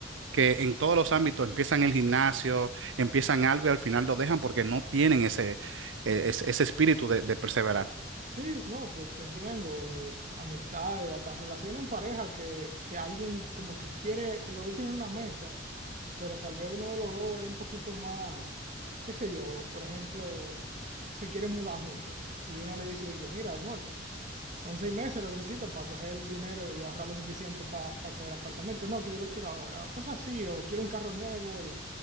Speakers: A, on the right (about 85°); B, on the right (about 40°).
A: que en todos los ámbitos empiezan el gimnasio, empiezan algo y al final lo dejan porque no tienen ese, eh, ese, ese espíritu de, de perseverar.
B: Sí, no, te, te entiendo. eh, amistades, hasta relaciones en pareja que, que alguien como que quiere, los dos tienen una meta, pero tal vez uno de los dos es un poquito más, qué sé yo, por ejemplo, se quieren mudar juntos y uno le dice de que, mira, amor, son seis meses lo que necesito para coger el dinero y ahorrar lo suficiente para coger apartamento. No, que yo los quiero ahora, o cosas así, o quiero un carro nuevo